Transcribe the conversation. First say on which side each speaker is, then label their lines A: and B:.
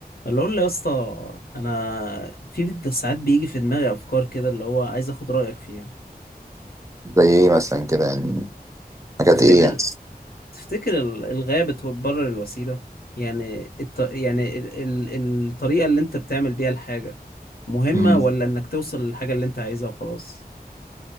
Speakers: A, on the left; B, on the right.
A: اللي اقول له يا اسطى انا في بت- ساعات بيجي في دماغي افكار كده اللي هو عايز اخد رايك فيها
B: زي ايه مثلا كده يعني حاجات
A: تفتكر
B: ايه يعني
A: تفتكر ال- الغايه بتبرر الوسيله يعني الط... يعني ال... ال... الطريقه اللي انت بتعمل بيها الحاجه مهمه
B: امم
A: ولا انك توصل للحاجه اللي انت عايزها وخلاص